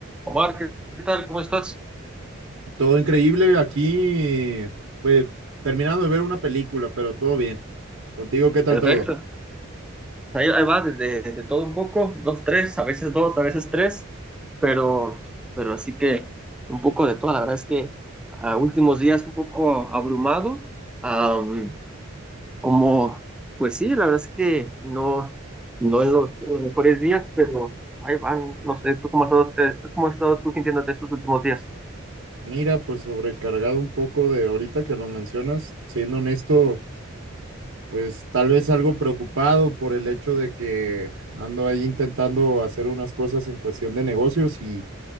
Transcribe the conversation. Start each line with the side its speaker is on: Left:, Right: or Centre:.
Centre: Omar, ¿qué tal? ¿Cómo estás?
Right: Todo increíble aquí, pues terminando de ver una película, pero todo bien. Contigo, ¿qué tal
Centre: Perfecto.
Right: todo?
Centre: Ahí, ahí va, de, de- de todo un poco, dos, tres, a veces dos, a veces tres, pero, pero así que un poco de todo. La verdad es que a últimos días un poco abrumado, am, como, pues sí, la verdad es que no, no en los, en los mejores días, pero ahí van, no sé, ¿tú cómo has estado, eh, cómo has estado tú sintiéndote estos últimos días?
Right: Mira, pues sobrecargado un poco de ahorita que lo mencionas, siendo honesto, pues tal vez algo preocupado por el hecho de que ando ahí intentando hacer unas cosas en cuestión de negocios y